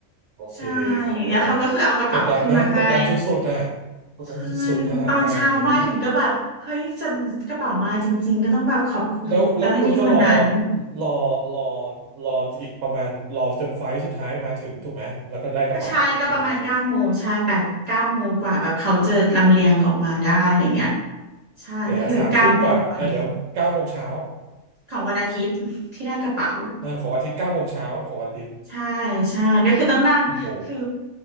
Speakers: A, on the right (about 70°); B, on the right (about 35°).
A: โอเคครับเข้าใจ
B: ใช่แล้วเขาก็คือเอากระเป๋าขึ้นมาให้
A: กดดันนะกดดันสุดๆอ่ะกดดันสุดๆสถานการณ์อย่างเงี้ย
B: ใช่ตอนเช้ามาถึงก็แบบเฮ้ยจะกระเป๋ามาจริงๆก็ต้องแบบขอบคุณเจ้าหน้าที่คนนั้น
A: แล้วแล้วคุณก็รอรอรอรออีกประมาณรอจนไฟล์สุดท้ายมาถึงถูกไหมแล้วก็ได้กระเป๋าถูกไหมครับ
B: ก็ใช่ก็ประมาณเก้าโมงใช่แปดเก้าโมงกว่าแบบเขาจะลำเลียงออกมาได้อะไรเงี้ยใช่ก็คือเก้าโมงวัน
A: เดี๋ยวนะสามทุ่มกว่าเอ้ยเดี๋ยวเก้าโมงเช้า
B: ของวันอาทิตย์ที่ได้กระเป๋า
A: เออของวันอาทิตย์เก้าโมงเช้าของวันอาทิตย์
B: ใช่ใช่ก็คือต้องนั่งคือ
A: โอ้โห